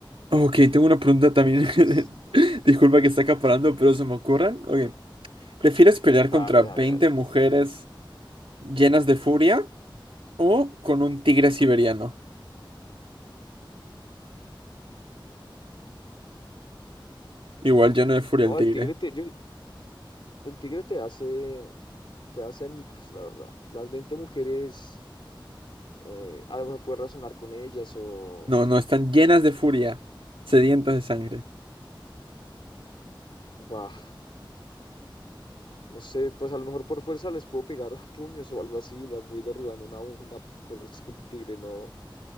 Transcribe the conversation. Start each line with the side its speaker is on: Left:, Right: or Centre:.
Right: Ok, tengo una pregunta también.
Left: Entonces,
Right: <laughs>
Left: pues,
Right: Disculpa que está acaparando, pero se me ocurren. Ok, ¿prefieres pelear
Left: dale,
Right: contra
Left: dale,
Right: 20
Left: dale.
Right: mujeres llenas de furia O con un tigre siberiano. Igual lleno de furia
Left: No,
Right: el tigre.
Left: el tigre te, yo- el tigre te hace, te hace añicos, la verdad. Las 20 mujeres, eh, a lo mejor puedes razonar con ellas o,
Right: No, no, están llenas de furia. Sedientas de sangre.
Left: bah. No sé, pues a lo mejor por fuerza les puedo pegar <laughs> puños o algo así, las voy derribando una a una, pero es que el tigre no,